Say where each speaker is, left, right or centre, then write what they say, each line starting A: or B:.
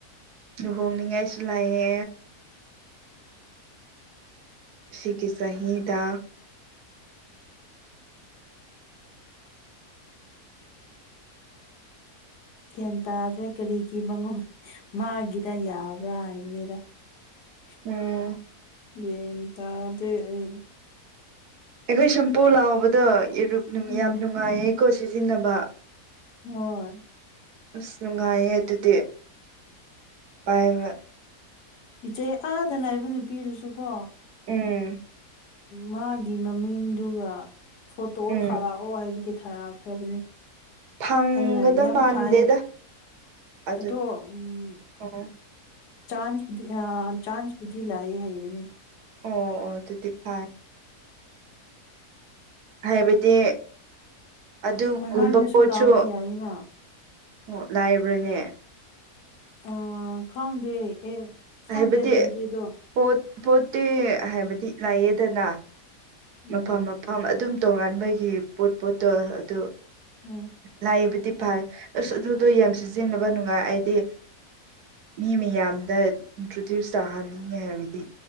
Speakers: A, on the right; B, on the left.
A: ꯂꯨꯍꯣꯡꯅꯤꯡꯉꯥꯏꯁꯨ ꯂꯥꯛꯑꯦ ꯁꯤꯒꯤ ꯆꯍꯤꯗ
B: ꯒ꯭ꯌꯥꯟ ꯇꯥꯗ꯭ꯔꯦ ꯀꯔꯤꯒꯤ ꯃꯉꯣꯟ ꯃꯥꯒꯤꯗ ꯌꯥꯕ꯭ꯔꯥ ꯍꯥꯏꯕꯅꯤꯗ ꯒ
A: ꯎꯝ
B: ꯒꯌ꯭ꯥꯟ ꯇꯗꯦ ꯑꯩ
A: ꯑꯩꯈꯣꯏ ꯁꯝꯄꯨ ꯂꯥꯎꯕꯗꯔꯛ
B: ꯎꯝ
A: ꯌꯥꯝ ꯅꯨꯡꯉꯥꯏꯌꯦꯀꯣ ꯁꯤꯖꯤꯟꯅꯕ
B: ꯍꯣꯏ
A: ꯅꯨꯡ ꯅꯨꯡꯉꯥꯏꯌꯦ ꯑꯗꯨꯗꯤ ꯄꯥꯏꯕꯥ
B: ꯏꯆꯦ ꯑꯥꯗ ꯂꯩꯕ ꯅꯨꯄꯤꯗꯨꯁꯨ ꯀꯣ
A: ꯎꯝ
B: ꯃꯥꯒꯤ ꯃꯃꯤꯡꯗꯨꯒ ꯐꯣꯇꯣ
A: ꯎꯝ
B: ꯊꯥꯔꯛꯑꯣ ꯍꯥꯏꯕꯤꯒꯦ ꯊꯥꯔꯛꯈ꯭ꯔꯕꯅꯦ
A: ꯐꯪꯒꯗ
B: ꯑꯩꯅ ꯌꯥꯝ
A: ꯃꯥꯟꯗꯦꯗ
B: ꯐꯥꯏꯌꯦ
A: ꯑꯗꯨ
B: ꯑꯗꯣ ꯎꯝ
A: ꯑꯣ
B: ꯆꯥꯟꯁ ꯗꯤ ꯑ ꯆꯥꯟꯁꯕꯨꯗꯤ ꯂꯥꯛꯑꯦ ꯍꯥꯏꯕꯥꯅꯦ
A: ꯑꯣ ꯑꯣ ꯑꯗꯨꯗꯤ ꯐꯥꯏ ꯍꯥꯏꯕꯗꯤ ꯑꯗꯨꯒꯨꯝꯕ
B: ꯑꯣꯟꯂꯥꯏꯟꯗꯁꯨ
A: ꯄꯣꯠꯁꯨ
B: ꯂꯥꯎꯕ ꯌꯥꯏꯌꯦꯅ
A: ꯑꯣ ꯂꯥꯏꯕ꯭ꯔꯥꯅꯦ
B: ꯑꯥ ꯈꯥꯡꯗꯦ ꯑꯦ ꯈꯪꯗꯦ
A: ꯍꯥꯏꯕꯗꯤ
B: ꯑꯗꯨꯕꯨꯗꯤ ꯑꯗꯣ
A: ꯄꯣꯠ ꯄꯣꯠꯇꯤ ꯍꯥꯏꯕꯗꯤ ꯂꯥꯛꯑꯦꯗꯅ
B: ꯎꯝ
A: ꯃꯐꯝ ꯃꯐꯝ ꯑꯗꯨꯝ ꯇꯣꯉꯥꯟꯕꯒꯤ ꯄꯣꯠ ꯄꯣꯠꯇꯣ ꯑꯗꯨ
B: ꯎꯝ
A: ꯂꯥꯛꯑꯕꯗꯤ ꯐꯥꯏ ꯑꯁ ꯑꯗꯨꯗꯣ ꯌꯥꯝ ꯁꯤꯁꯤꯟ ꯁꯤꯖꯤꯟꯅꯕ ꯅꯨꯡꯉꯥꯏ ꯍꯥꯏꯗꯤ ꯃꯤ ꯃꯌꯥꯝꯗ ꯏꯟꯇ꯭ꯔꯣꯗ꯭ꯌꯨꯁ ꯆꯥꯍꯟꯅꯤꯡꯉꯤ ꯍꯥꯏꯕꯗꯤ